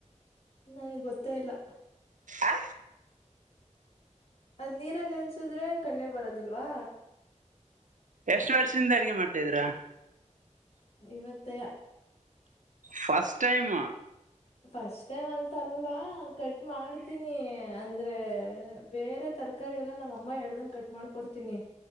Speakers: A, on the left; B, on the right.
A: ನನಗ್ ಗೊತ್ತೇ ಇಲ್ಲ
B: ಆ
A: ಅದ್ ನೀರಲ್ಲಿ ನೆನ್ಸಿದ್ರೆ ಕಣ್ಣೀರ್ ಬರದಿಲ್ವಾ.
B: ಎಷ್ಟು ವರ್ಷದಿಂದ ಅಡುಗೆ ಮಾಡ್ತಿದ್ದೀರಾ.
A: ಇವತ್ತೆಯಾ
B: ಫಾಸ್ಟ್ ಟೈಮ್
A: ಫಸ್ಟ್ ಟೈಮ್ ಅಂತ ಅಲ್ಲ ಕಟ್ ಮಾಡ್ತೀನಿ. ಅಂದ್ರೆ ಬೇರೆ ತರಕಾರಿ ಎಲ್ಲಾ ನಮ್ಮ ಅಮ್ಮ ಹೇಳಿದಂಗ್ ಕಟ್ ಮಾಡ್ಕೊಡ್ತೀನಿ.